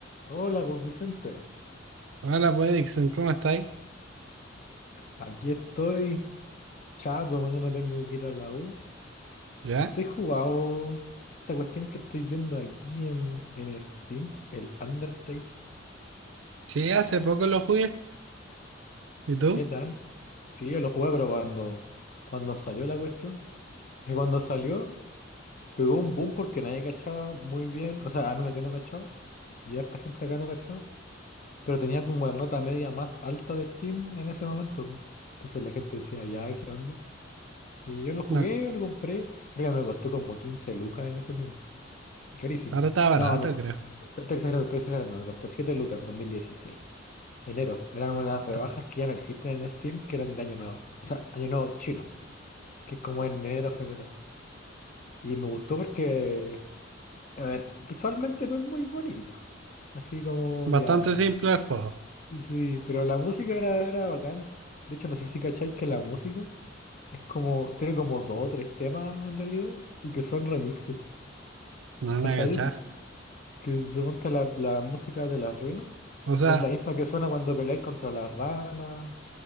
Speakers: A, on the left (about 45°); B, on the right (about 80°).
A: Hola, pues Vicente.
B: Hola, pues Dixon, ¿cómo estáis?
A: Aquí estoy, chato, mañana tengo que ir a la U.
B: ¿Ya?
A: Estoy jugado esta cuestión que estoy viendo aquí en, en Steam, el Undertale.
B: Sí, hace poco lo jugué. ¿Y tú?
A: ¿Qué tal? Sí, yo lo jugué, pero cuando, cuando salió la cuestión. <laughs> Y cuando salió, pegó un boom porque nadie cachaba muy bien. O sea, al menos yo no cachaba. Y harta gente acá no cachaba. Pero tenía como la nota media más alta de Steam en ese momento. po. Entonces la gente decía, ya, ¿qué onda? Y yo lo jugué,
B: No,
A: lo compré. Creo que me costó como 15 lucas en ese tiempo. Carísimo.
B: ahora está barato,
A: No, no,
B: creo.
A: te- estoy exagerando, estoy exagerando. Me costó 7 lucas en dos mil dieciséis Enero. Eran unas
B: Está
A: rebajas que ya no existen en Steam, que eran de año nuevo. O sea, año nuevo chino, que es como en enero, febrero. Y me gustó porque, a ver, visualmente no es muy bonito. Así como ya...
B: Bastante simple el juego.
A: Sí, pero la música era, era bacán. De hecho, no sé si cacháis que la música es como, tiene como dos o tres temas en realidad y que son remixes.
B: No
A: ¿Cachai
B: me agachás.
A: eso? Que suponte la, la música de las ruinas
B: O sea,
A: es la misma que suena cuando peleáis contra las ranas,